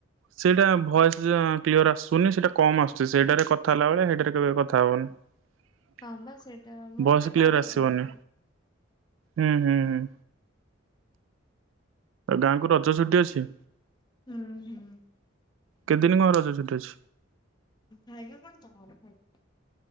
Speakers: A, on the right; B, on the left.
A: ସେଇଟା ଭଏସ କ୍ଲିୟର ଆସୁନି ସେଇଟା କମ ଆସୁଛି ସେଇଟାରେ କଥା ହେଲା ବେଳେ ହେଇଟାରେ କେବେ କଥା ହବନି।
B: ହଁ ବା ସେଇଟା ମୁଁ
A: ଭଏସ
B: ବି
A: କ୍ଲିୟର
B: କାଢିଚି
A: ଆସିବନି?
B: ହୁଁ।
A: ହୁଁ ହୁଁ ହୁଁ। ଗାଁକୁ ରଜ ଛୁଟି ଅଛି?
B: ହୁଁ ହୁଁ।
A: କେତେଦିନ କଣ ରଜ ଛୁଟି ଅଛି?
B: ଖାଇବା କଣ ତମର ଆଜି?